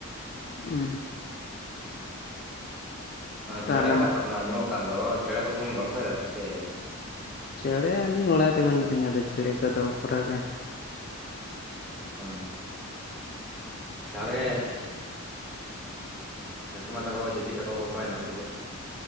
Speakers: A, on the left; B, in the centre.
A: ᱩᱸ ᱛᱟᱦᱚᱞᱮ
B: ᱪᱮᱸᱬᱮ ᱨᱟᱜ ᱠᱚ ᱫᱚᱢᱮ ᱟᱸᱡᱚᱢᱚᱜ ᱠᱟᱱ ᱫᱚ ᱪᱮᱸᱬᱮ ᱠᱚ ᱥᱟ ᱤᱧ ᱜᱚᱞᱯᱷᱚ ᱭᱮᱫᱟ ᱥᱮ ᱪᱮᱫ
A: ᱪᱮᱸᱬᱮ ᱟᱹᱞᱤᱧ ᱚᱲᱟᱜ ᱨᱮ ᱢᱮᱱᱟᱜ ᱞᱤᱧᱟᱹ ᱟᱫᱚ ᱪᱮᱸᱬᱮ ᱠᱚᱫᱚ ᱵᱟᱠᱚ ᱨᱟᱜᱟ᱾
B: ᱚ ᱛᱟᱦᱚᱞᱮ ᱠᱟᱠᱤ ᱢᱟ ᱛᱟᱠᱚ ᱡᱤᱴᱷᱤ ᱛᱟᱠᱚ ᱠᱚ ᱚᱠᱟᱭᱮᱱᱟ ᱩᱱᱠᱩ ᱫᱚ